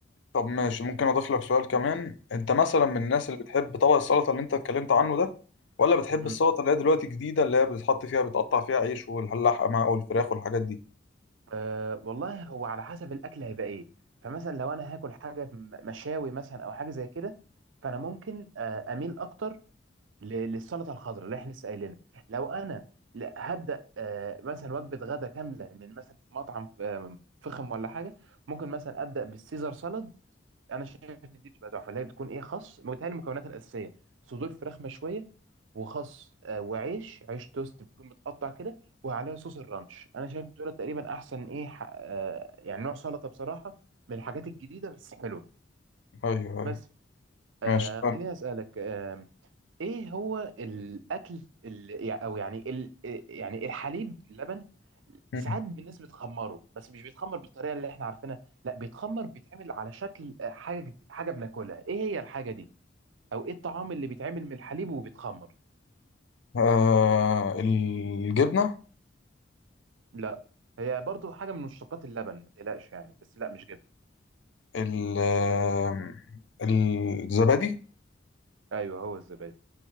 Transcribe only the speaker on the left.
طب ماشي ممكن أضيف لك سؤال كمان أنت مثلا من الناس اللي بتحب طبق السلطة اللي أنت اتكلمت عنه ده ولا بتحب
السلطة اللي هي دلوقتي جديدة اللي هي بتحط فيها بتقطع فيها عيش واللحمة والفراخ والحاجات دي
أيوه أيوه
ماشي
طيب.
مم.
آه الجبنة
ال- آه، الزبادي